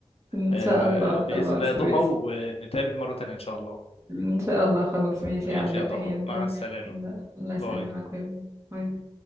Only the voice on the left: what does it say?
آه،
بإذن الله يا ضحى
ونتقابل مرة تانية إن شاء الله
ماشي
يا
ضحى مع
السلامة
باي